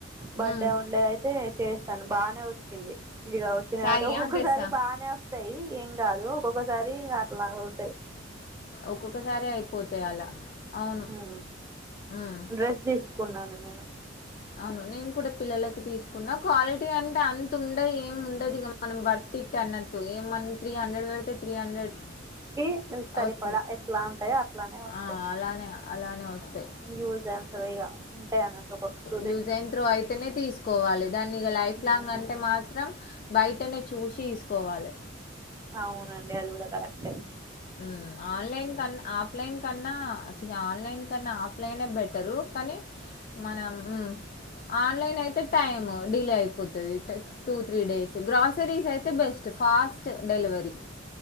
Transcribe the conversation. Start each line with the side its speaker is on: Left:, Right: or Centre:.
Right: బర్త్డే
Left: ఉమ్
Right: వండే అయితే చేస్తాను బానే వచ్చింది ఇగ వచ్చిన
Left: శారీయా
Right: కాబట్టి ఒక్కొక్కసారి
Left: డ్రెస్సా
Right: బాగానే వస్తాయి ఏం కాదు ఒక్కొక్కసారి అట్లా అవుతాయి
Left: ఒక్కొక్కసారి అయిపోతాయి అలా అవును
Right: ఉ
Left: ఉమ్
Right: డ్రెస్ తీసుకున్నాను నేను
Left: అవును నేను కూడా పిల్లలకి తీసుకున్నా క్వాలిటీ అంటే అంత ఉండదు ఏం ఉండదు ఇక మనం వర్క్ తిట్ అన్నట్టు ఏం మ త్రీ హండ్రెడ్ వెళ్తే త్రీ హండ్రెడ్
Right: ఇ సరిపడా
Left: వస్తది
Right: ఎట్లా ఉంటాయో అట్లానే వస్తాయి
Left: ఆ అలానే అలానే వస్తాయి
Right: యూజ్ అంత ఇగా ఉంటాయి అనిట్ ఒకట్టు
Left: యూజన్ త్రో అయితేనే తీసుకోవాలి దాన్ని ఇ
Right: వరకు
Left: లైఫ్ లాంగ్ అంటే మాత్రం బయటనే చూసి చేసుకోవాలి
Right: అవునండి అది కూడా కరక్టే
Left: ఉ ఆన్లైన్ క ఆఫ్లైన్ కన్నా ఆన్లైన్ కన్నా ఆఫ్లైనే బెటరు కానీ మనం హు ఆన్లైన్ అయితే టైం డిలే అయిపోతుది టూ త్రీ డేస్ గ్రాసరీస్ అయితే బెస్ట్ ఫాస్ట్ డెలివరి